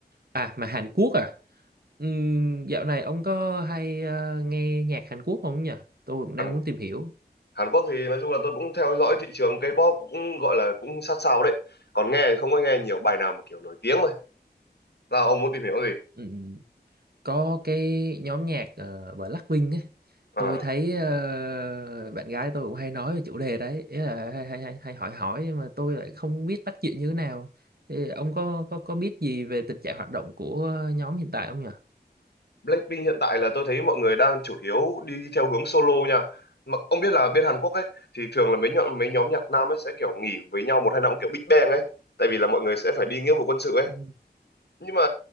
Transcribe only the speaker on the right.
À mà Hàn Quốc à? Ừm, dạo này ông có hay ờ, nghe nhạc Hàn Quốc không nhỉ? Tôi cũng đang
muốn tìm hiểu.
Ừ. có cái nhóm nhạc uh, Blackpink ấy
tôi thấy ờ, bạn gái tôi cũng hay nói về chủ đề đấy ý là hay, hay, hay, hay hỏi hỏi nhưng mà tôi lại không biết bắt chuyện như thế nào thì ông có có có biết gì về tình trạng hoạt động của nhóm hiện tại không nhỉ
Ừ.